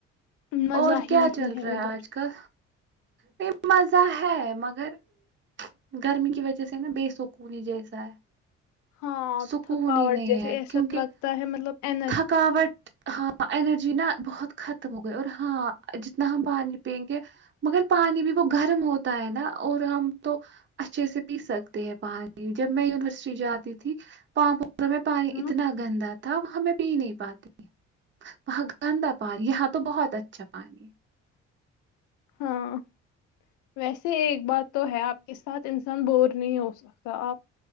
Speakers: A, on the left; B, on the right.
A: مزہ
B: اور
A: ہی
B: کیا
A: نہیں
B: چل رہا
A: ادھر
B: ہے آج کل نہیں مزہ ہے مگر گرمی کی وجہ سے نا بے سکونی جیسا ہے
A: ہاں
B: سکون
A: تھکاوٹ
B: ہی نہیں
A: جیسے
B: ہے
A: ایسا
B: کیونکہ
A: لگتا ہے مطلب ا
B: تھکاوٹ ہاں انرجی نا بہت ختم ہو گئی اور ہاں جتنا ہم پانی پئیں گے مگر پانی بھی وہ گرم ہوتا ہے نا اور ہم تو اچھے سے پی سکتے ہیں پانی جب میں یونیورسٹی جا تھی پامپور میں پانی
A: ہاں
B: اتنا گندا تھا ہمیں پی ہی نہیں پاتے تھے وہاں گندا پانی یہاں تو بہت اچھا پانی
A: ہاں ویسے ایک بات تو ہے آپ کے ساتھ انسان بور نہیں ہو سکتا آپ